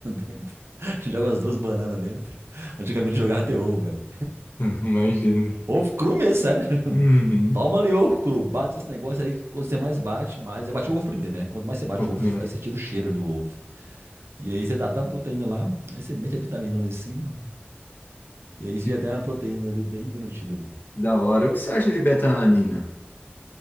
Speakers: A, on the right; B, on the left.
A: dentro. <laughs> joga umas duas bananas dentro. Antigamente jogava até ovo, velho.
B: <laughs> Imagina.
A: Ovo cru mesmo, sério. <laughs>
B: Uhum.
A: Toma ali ovo cru, bate esse negócio aí, quando você mais bate, mais. Eu bati o ovo primeiro, né? Quanto mais você bate
B: Vou primeiro.
A: o ovo, aí você tira o cheiro do ovo. E aí você tá tá a proteína lá, aí você mete a vitamina lá em cima, e aí você
B: Que
A: já tem uma proteína ali bem garantida ali.
B: Da hora. O que você acha de betalanina?